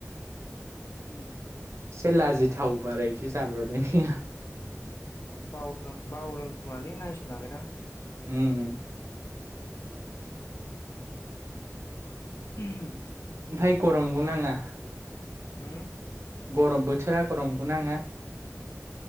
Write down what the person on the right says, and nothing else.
<unintelligible>
से लाजि थाव ब्रा इदि जाब्र'नाया
होम होम <inaudible>
ओमफाय गरम नङा?
गरम बोथोरा गरमबो नाङा